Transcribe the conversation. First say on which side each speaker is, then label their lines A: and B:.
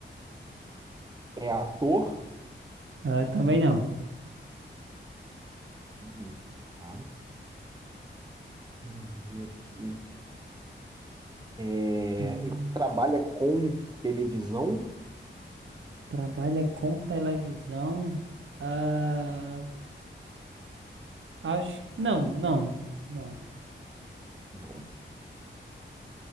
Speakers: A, on the right (about 20°); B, on the right (about 80°).
A: é ator,
B: Ah, também não.
A: Hum, tá? Vamos ver aqui. É,
B: Hum,
A: e trabalha com televisão?
B: Trabalha com televisão? Ah, acho. Não, não, não.
A: Não.